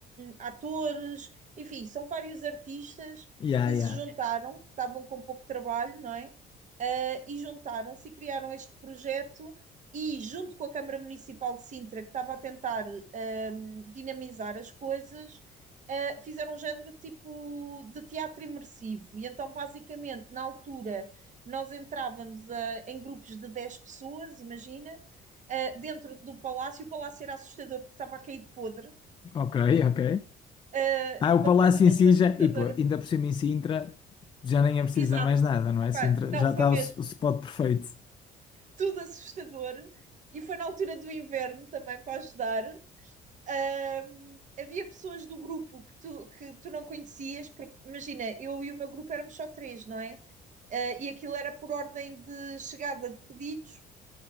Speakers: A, on the right; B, on the left.
A: atores, enfim, são vários artistas
B: Yeah,
A: que
B: yeah.
A: se juntaram, estavam com pouco trabalho, não é? Ah, e juntaram-se e criaram este projeto. E junto com a Câmara Municipal de Sintra, que estava a tentar ahm, dinamizar as coisas, ah, fizeram um género tipo de teatro imersivo. E então, basicamente, na altura, nós entrávamos ah, em grupos de 10 pessoas, imagina, ah, dentro do palácio. O palácio era assustador porque estava a cair de podre.
B: Ok, ok.
A: Ah,
B: Ah, o
A: uma
B: Palácio
A: coisa mesmo
B: em Sintra,
A: assustadora.
B: e pô, ainda por cima em Sintra, já nem é preciso
A: Exato.
B: dizer mais nada, não é?
A: Epá,
B: Sintra,
A: não,
B: já
A: foi
B: está
A: mesmo
B: o, s- o spot perfeito.
A: tudo assustador. E foi na altura do inverno também para ajudar. Ahm, havia pessoas do grupo que tu, que tu não conhecias, porque imagina, eu e o meu grupo éramos só três, não é? Ah, e aquilo era por ordem de chegada de pedidos